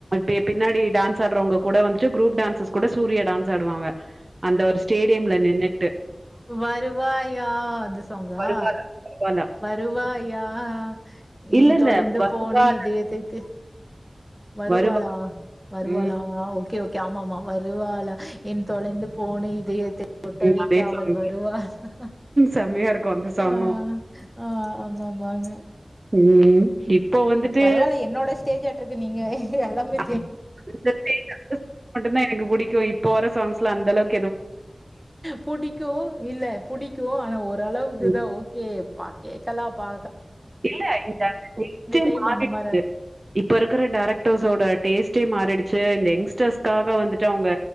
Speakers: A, on the right; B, in the centre.
A: ப்டியே பின்னாடி டான்ஸ் ஆடுறவங்க கூட வந்துட்டு குரூப் டான்ஸர்ஸ் கூட சூர்யா டான்ஸ் ஆடுவாங்க அந்த ஒரு ஸ்டேடியம்ல நின்னு
B: வருவாயா அது சாங்கா
A: வருவாளா, வருவாளா.
B: வருவாயா எ
A: இல்ல, இல்ல.
B: தொழந்து
A: வருவாள்,
B: போன இதயத்தை தி வருவாளா
A: வருவா.
B: வருவாலா
A: ம்.
B: ஆ ஓகே ஓகே கியாமாமா வருவால என் தொலைந்து போன இ இதெய்த்தை கொட்ட
A: ம்.
B: வைக்க
A: அதே
B: அவள்
A: சாங்.
B: வருவாலா
A: செம்மையா இருக்கும் அந்த சாங்கும்.
B: ஆ ஆ ஆமா மாங்க
A: ம் இப்போ வந்துட்டு
B: பரவாயில்ல என்னோட ஸ்டேஜ் ஆ அட் நீங்க எல்லாமே
A: <unintelligible> மட்டுந்தா எனக்கு பிடிக்கு இப்போ வர சாங்ஸ்லா அந்தலவ்க்
B: புடிக்கு இல்ல புடிக்கு ஆனா ஓரளவுக்குதா
A: ம்.
B: ஓகே பா கேக்கலா பா
A: இல்ல இந்த வெயிட்டே
B: டைம்
A: மாறிடுச்சு
B: அந்த மாரி
A: இப்ப இருக்கிற டைரக்டர்ஸோட டேஸ்ட்டே மாறிடுச்சு ச்சு இந்த எங்ஸ்டர்ஸ்காக வந்துட்டு அவங்க